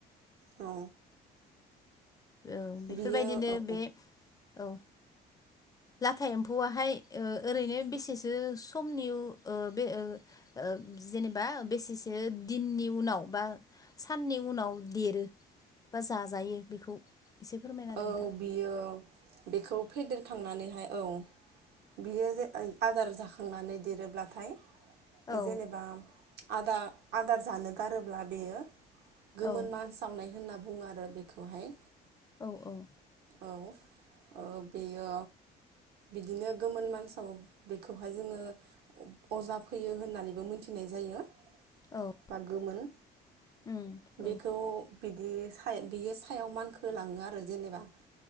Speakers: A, on the right; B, on the left.
A: औ
B: औ बेफोरबायदिनो
A: बियो औ
B: बे औ लाथा एम्फौआहाय ओ ओरैनो बेसेसो समनि ओ बे ओ ओ ओ जेनेबा बेसेसो दिननि उनाव बा साननि उनाव देरो बा जाजायो बेखौ एसे फोरमायना होदो
A: औ
B: नोंथां
A: बियो बेखौ फेदेरखांनानैहाय औ बियो जे ओइ आदार जाखांनानै देरोब्लाथाय ओ
B: औ
A: जेनेबा आदा आदार जानो गारोब्ला बेयो गोमोन
B: औ
A: मान सावनाय होनना बुङो आरो बेखौहाय
B: औ औ
A: औ ओ बेयो बिदिनो गोमोन मानसाव बेखौहाय जोङो अजा फैयो होननानैबो मोनथिनो नाय जायो
B: औ
A: बा गोमोन
B: उम
A: बेखौ
B: औ
A: बिदि साय बियो सायाव मानखोलाङो आरो जेनेबा।